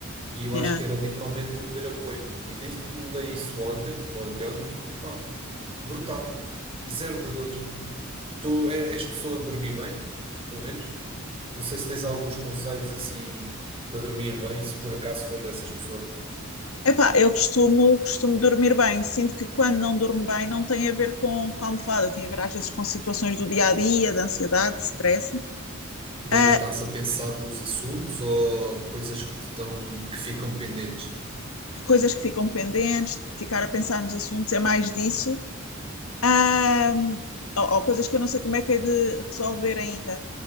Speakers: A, on the right (about 25°); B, on the left (about 85°).
A: e eu
B: Yeah.
A: acho que era literalmente não ter apoio. E desde que mudei isso ontem, ou anteontem, epá, brutal. Zero de dores. Tu é- és pessoa de dormir bem, pelo menos? Não sei se tens alguns conselhos assim para dormir bem, se por acaso fores dessas pessoas.
B: Epá, eu costumo, costumo dormir bem. Sinto que quando não durmo bem não tem a ver com, com a almofada, tem a ver às vezes com situações do dia a dia, de ansiedade, de stress,
A: De
B: Ah,
A: ainda estares a pensar nos assuntos ou coisas que te estão, que ficam pendentes.
B: coisas que ficam pendentes, ficar a pensar nos assuntos, é mais disso. Ah, ou, ou coisas que eu não sei como é que é de resolver ainda.